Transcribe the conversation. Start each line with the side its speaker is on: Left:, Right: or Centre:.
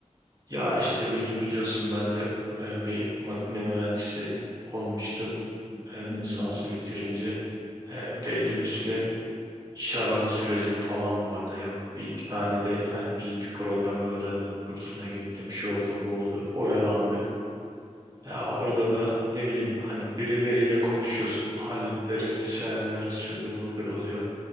Right: ya işte beni biliyorsun ben de e, bir makine mühendisi olmuştum. E, lisansı
Left: Hı hı,
Right: bitirince
Left: hı hı,
Right: E, belli bir süre iş arama sürecim falan vardı. Yok bir iki tane de hani bir iki programı öğrendim kursuna gittim. Şu oldu bu oldu oyalandık. Ya orada da ne bileyim hani birileriyle konuşuyorsun hallederiz iş ayarlarız şudur budur oluyor.